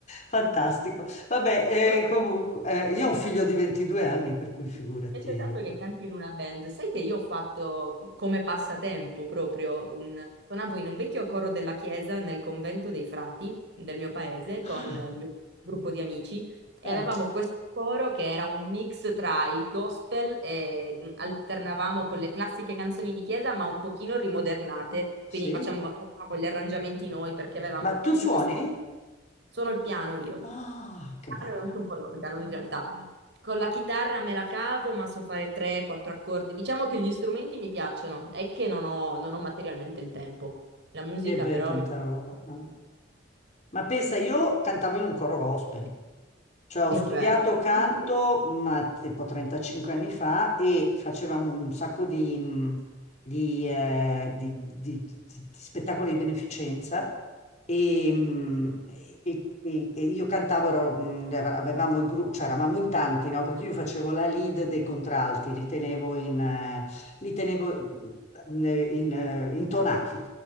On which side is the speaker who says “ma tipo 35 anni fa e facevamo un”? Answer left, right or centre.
Left